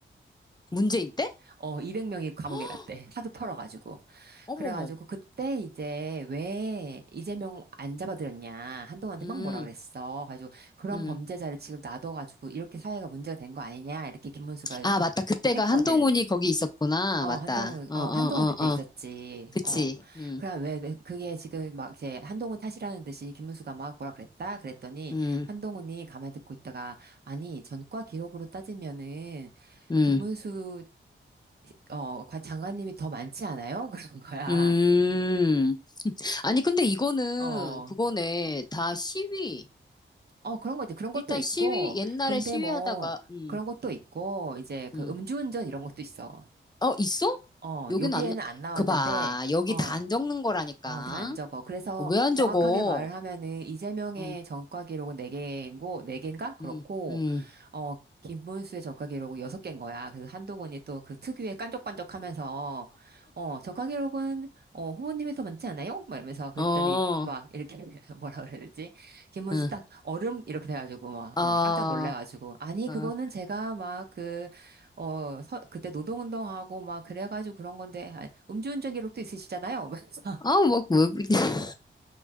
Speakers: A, on the left (about 20°); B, on the right (about 50°).
A: 문재인 때?
B: 어, 200명이 감옥에
A: <gasps>
B: 갔대. 하도 털어가지고.
A: 어머머,
B: 그래가지고 그때 이제 왜 이재명 안 잡아들였냐. 한동훈한테
A: 음,
B: 막 뭐라 그랬어. 가지고 그런
A: 음.
B: 범죄자를 지금 놔둬가지고 이렇게 사회가 문제가 된 거 아니냐. 이렇게 김문수가
A: 아, 맞다. 그때가
B: 했거든.
A: 한동훈이 거기 있었구나.
B: 어,
A: 맞다.
B: 한동훈,
A: 어,
B: 어,
A: 어,
B: 한동훈 그때
A: 어, 어.
B: 있었지.
A: 그치.
B: 어.
A: 음,
B: 그래, 왜, 왜 그게 지금 막 이제 한동훈 탓이라는 듯이 김문수가 막 뭐라 그랬다? 그랬더니
A: 음,
B: 한동훈이 가만히 듣고 있다가 아니, 전과 기록으로 따지면은
A: 음,
B: 김문수 어, 과- 장관님이 더 많지 않아요? <laughs> 그런 거야.
A: 음. 아니, 근데 이거는,
B: 어,
A: 그거네. 다 시위.
B: 어, 그런 거 이제 그런 것도
A: 일단
B: 있고,
A: 시위, 옛날에
B: 근데
A: 시위하다가,
B: 뭐,
A: 음,
B: 그런 것도 있고, 이제 그
A: 음.
B: 음주운전 이런 것도 있어.
A: 어, 있어?
B: 어,
A: 여기는
B: 여기에는
A: 안, 나-
B: 안 나왔는데,
A: 그 봐. 여기
B: 어,
A: 다 안 적는 거라니까.
B: 어, 다 안 적어. 그래서
A: 왜 안
B: 정확하게
A: 적어?
B: 말을 하면은 이재명의
A: 응,
B: 전과 기록은 4개고, 네개인가 그렇고,
A: 응, 응.
B: 어, 김문수의 전과 기록은 6개인 거야. 그래서 한동훈이 또 그 특유의 깐족깐족 하면서, 어, 전과 기록은, 어, 후보님이 더 많지 않아요? 막 이러면서 그랬더니
A: 어, 어,
B: 막 이렇게 <laughs> 뭐라 그래야 되지? 김문수
A: 응.
B: 딱 얼음? 이렇게 돼가지고 막,
A: 아,
B: 어, 깜짝 놀래가지고. 아니,
A: 어,
B: 그거는 제가 막 그, 어, 서- 그때 노동운동하고 막 그래가지고 그런 건데, 아니, 음주운전 기록도 있으시잖아요. <laughs> 막 이러면서
A: 아, 뭐, 뭐 <laughs>